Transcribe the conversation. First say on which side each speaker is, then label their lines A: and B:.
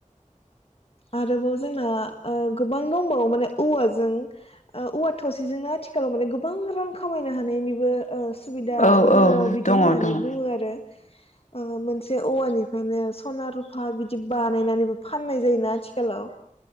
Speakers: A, on the left (about 45°); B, on the left (about 70°).
A: आरोबाव जोंना ओ गोबां दंबावो माने औवाजों ओ औवा थसेजोंनो आथिखालाव माने गोबां रां खामायनो हानायनि ओ सुबिदा
B: औ
A: दङ
B: औ
A: बिदि
B: दङ
A: होननानै
B: औ मा होनदों
A: बुङो आरो ओ मोनसे औवानिफ्रायनो सना रुफा हा बिदि बानायनानै फाननाय जायोना आथिखालाव